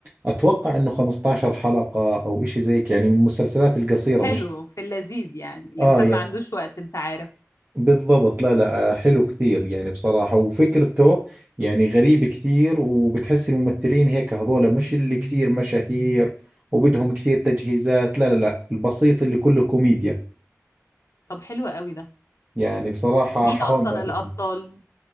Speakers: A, on the right (about 30°); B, on the left (about 70°).
A: أتوقع إنه 15 حلقة أو إشي زيك يعني من المسلسلات القصيرة
B: حلو
A: مش
B: في اللذيذ يعني الانسان
A: آه يعني
B: ما عندوش وقت انت عارف
A: بالضبط لا لا آه، حلو كثير يعني بصراحة وفكرته يعني غريب كثير وبتحس الممثلين هيك هذول مش اللي كثير مشاهير وبدهم كثير تجهيزات لا لا لا البسيط اللي كله كوميديا
B: طب حلو قوي ده
A: يعني بصراحة
B: مين
A: حرام
B: اصلا
A: ما
B: الابطال
A: فيلم.